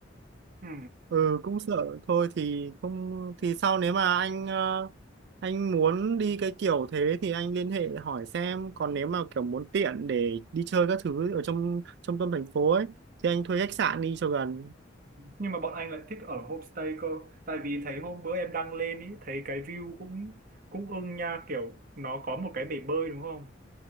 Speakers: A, on the right; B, on the right.
A: Ừ.
B: ừ cũng sợ thôi thì không thì sau nếu mà anh ờ, anh muốn đi cái kiểu thế thì anh liên hệ hỏi xem còn nếu mà kiểu muốn tiện để đi chơi các thứ ở trong trong tâm thành phố ấy thì anh thuê khách sạn đi cho gần
A: nhưng mà bọn anh lại thích ở homestay cơ tại vì thấy hôm bữa em đăng lên ý thấy cái view cũng cũng ưng nha kiểu nó có một cái bể bơi đúng không